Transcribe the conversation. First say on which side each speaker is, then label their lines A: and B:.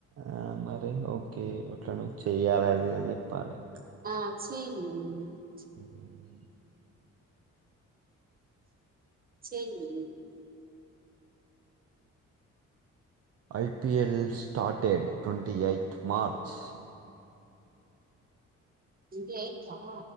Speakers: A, on the right (about 50°); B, on the right (about 30°).
A: ఆ మరి ఓకే ఇట్లనో చెయ్యాలది అని జెప్పాలె
B: అచ్చిమ్
A: మ్మ్
B: చెయ్యి
A: IPL started twenty eight March
B: twenty eight ఆ